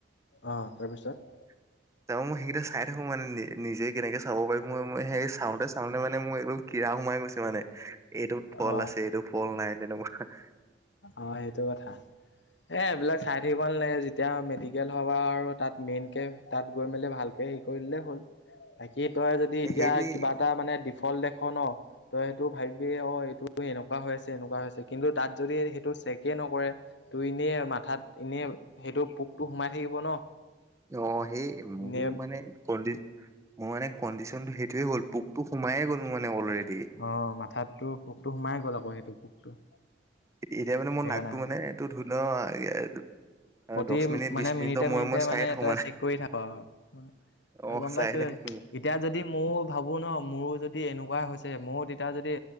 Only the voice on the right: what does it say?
<inaudible> তাৰপা মই সেইকেইটা চাই থাকোঁ মানে, নি-নিজে কেনেকে চাব পাৰি? মই মই সেই চাওঁতে চাওঁতে মানে মই <unintelligible> কিৰা সোমাই গৈছে মানে, এইটোত ফল
আছে, এইটোত ফল নাই--তেনেকুৱা।
সেইটোৱেই
অ সেই মোৰ
মানে ক দি মোৰ মানে কনডিচনটো সেইটোৱে হল পোকটো সোমায়ে গ'ল মানে অলৰেদি
এতিয়া মানে মোৰ
নাকটো মানে এইটো ধৰি ল
দহ মিনিট
বিশ মিনিটৰ
মূৰে
মূৰে চাই
থাকো
অ
চাই
থাকো